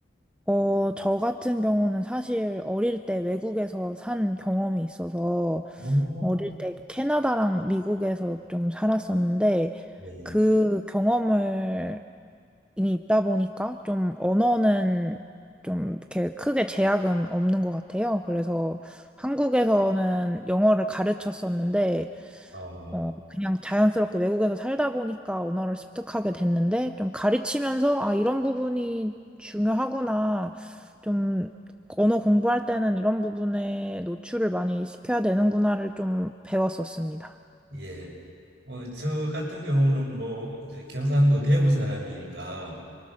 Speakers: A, in the centre; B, on the right (about 60°).
A: 어, 저 같은 경우는 사실 어릴 때 외국에서 산 경험이 있어서
B: 오,
A: 어릴 때 캐나다랑 미국에서 좀 살았었는데
B: 예,
A: 그 경험을 이미 있다 보니까 좀 언어는 좀 이렇게 크게 제약은 없는 것 같아요. 그래서 한국에서는 영어를 가르쳤었는데
B: 어,
A: 어, 그냥 자연스럽게 외국에서 살다 보니까 언어를 습득하게 됐는데, 좀 가르치면서, 아, 이런 부분이 중요하구나. 좀, 언어 공부할 때는 이런 부분에 노출을 많이 시켜야 되는구나를 좀 배웠었습니다.
B: 예. 뭐 저 같은 경우는 뭐 이제 경상도 대구 사람이니까